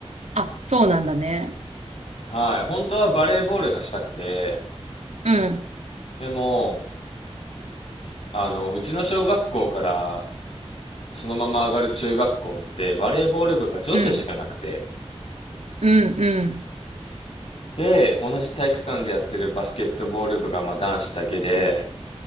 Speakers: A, on the right (about 85°); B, on the left (about 60°).
A: あ、そうなんだね。
B: はい。本当はバレーボールがしたくて、
A: うん。
B: でも、あの、うちの小学校からそのまま上がる中学校って、バレーボール部が女子しかなくて、
A: うん、うん、うん、
B: で、同じ体育館でやってるバスケットボール部が、まあ、男子だけで